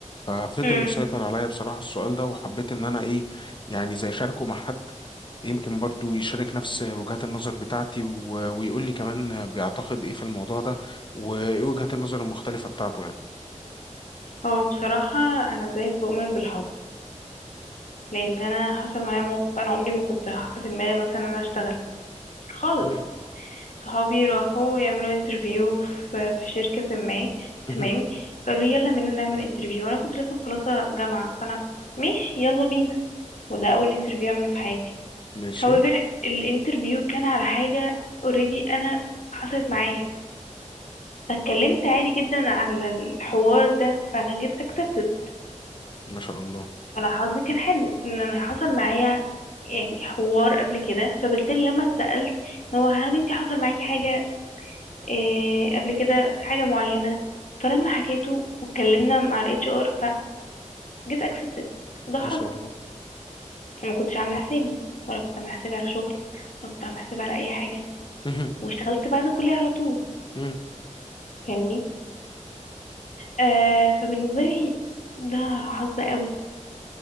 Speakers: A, on the left; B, on the left.
A: ففضل
B: مم.
A: مسيطر عليا بصراحة السؤال ده وحبيت إن أنا إيه يعني زي شاركه مع حد يمكن برضو يشارك نفس وجهات النظر بتاعتي و- ويقول لي كمان بيعتقد ايه في الموضوع ده وايه وجهات النظر المختلفة بتاعته يعني
B: هو بصراحة أنا زيك بؤمن بالحظ لأن أنا حصل معايا موقف أنا عمري ما كنت حاطة في دماغي مثلا أنا أشتغل خالص
A: مم.
B: صحابي راحوا يعملوا انترفيو في في شركة ما تمام
A: مهم.
B: فقالوا لي يلا بينا نعمل انترفيو أنا كنت لسه مخلصة جامعة فأنا ماشي يلا بينا وده أول انترفيو أعمله في حياتي
A: ماشي
B: however الانترفيو كان على حاجة already أنا حصلت معايا فاتكلمت عادي جدا على الحوار ده فأنا جيت accepted
A: ما شاء الله
B: انا حظي كان حلو ان انا حصل معايا يعني حوار قبل كده فبالتالي لما اتسألت إن هو هل انت حصل معاكي حاجة إيه قبل كده حاجة معينة فلما حكيته واتكلمنا مع الاتش ار فجيت اكسبتد ده حظ
A: ما شاء الله
B: وما كنتش عاملة حسابي ولا كنت عاملة حسابي على شغل ولا كنت عاملة حسابي على اي حاجة
A: مهم.
B: واشتغلت بعد الكلية على طول
A: مهم.
B: فاهمني آه فبالنسبة لي ده حظ قوي